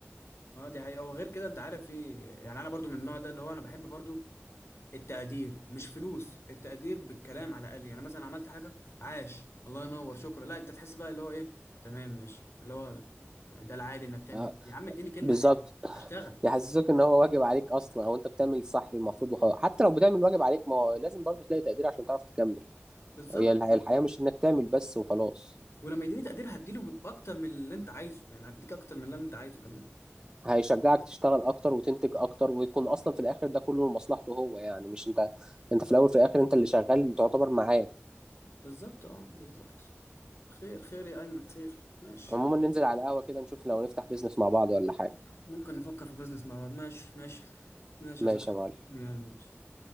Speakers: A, on the left; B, on the right.
A: اه دي حقيقه وغير كده انت عارف في يعني انا برضو من النوع ده اللي هو انا بحب برضو التقدير مش فلوس التقدير بالكلام على الاقل يعني مثلا عملت حاجه عاش الله ينور شكرا لا انت تحس بقى اللي هو ايه تمام ماشي اللي هو ده العادي انك تعمل
B: آه،
A: كده يا عم اديني كلمه
B: بالظبط
A: حلوه هشتغل
B: يحسسوك ان هو واجب عليك اصلا او انت بتعمل الصح المفروض وخلاص حتى لو بتعمل واجب عليك ما هو لازم برضو تلاقي تقدير عشان تعرف تكمل
A: بالظبط
B: هي الح- الحياة مش انك تعمل بس وخلاص
A: ولما يديني تقدير هديله اكتر من اللي انت عايزه يعني هديك اكتر من اللي انت عايزه كمان
B: هيشجعك تشتغل اكتر وتنتج اكتر ويكون اصلا في الاخر ده كله لمصلحته هو يعني مش انت انت في الاول في الاخر انت اللي شغال تعتبر معاه
A: بالظبط اه بالظبط خير خير يا ايمن خير ماشي
B: عموما ننزل على القهوة كده نشوف لو نفتح بيزنس مع بعض ولا حاجة
A: ممكن نفكر في بزنس مع بعض ماشي ماشي ماشي
B: ماشي
A: يا صاحبي
B: يا معلم
A: يلا ماشي